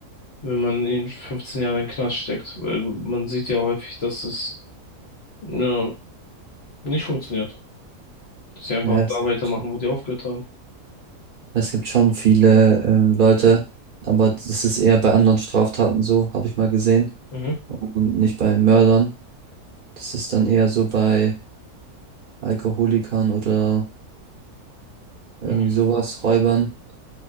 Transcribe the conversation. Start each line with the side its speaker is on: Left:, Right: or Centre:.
Left: wenn man in 15 Jahren in den Knast steckt? Weil man sieht ja häufig, dass es, ja, nicht funktioniert. Dass sie einfach
Right: Ja, es
Left: da
Right: gibt,
Left: weitermachen, wo die aufgehört haben.
Right: es gibt schon viele ähm, Leute, aber das ist eher bei anderen Straftaten so, habe ich mal gesehen,
Left: Mhm.
Right: und nicht bei Mördern. Das ist dann eher so bei Alkoholikern oder irgendwie
Left: Mhm.
Right: sowas, Räubern.